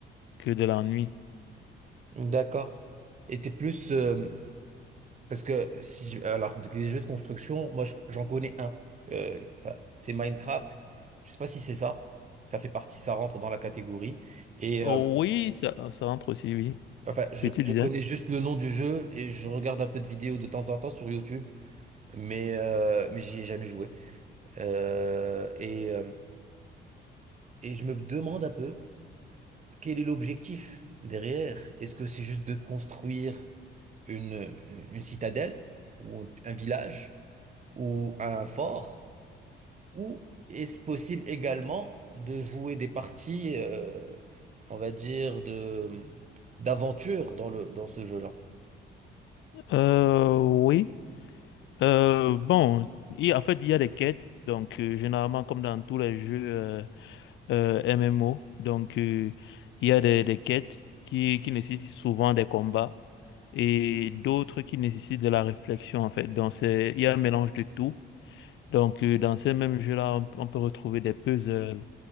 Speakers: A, on the left (about 70°); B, on the right (about 35°).
A: que de l'ennui.
B: d'accord. Et t'es plus, euh, Parce que si je- alors des jeux de construction, moi je- j'en connais un. Euh, enfin, c'est Minecraft. Je sais pas si c'est ça. Ça fait partie, ça rentre dans la catégorie. Et
A: Oh,
B: euh,
A: oui, ça, ça entre aussi, oui.
B: enfin, je,
A: Puis tu
B: je
A: disais?
B: connais juste le nom du jeu et je regarde un peu de vidéos de temps en temps sur YouTube, mais euh, mais j'y ai jamais joué. Euh, et euh, et je me demande un peu quel est l'objectif derrière. Est-ce que c'est juste de construire une une citadelle ou un un village ou un fort? Ou est-ce possible également de jouer des parties, euh, on va dire, de d'aventure dans le dans ce jeu-là?
A: Euh, oui. Euh, bon, il, en fait, il y a des quêtes. Donc, euh, généralement, comme dans tous les jeux euh, euh, MMO, donc euh, il y a des, des quêtes qui, qui nécessitent souvent des combats et d'autres qui nécessitent de la réflexion, en fait. Donc, c'est, il y a un mélange de tout. Donc, euh, dans ces mêmes jeux-là, on, on peut retrouver des puzzles,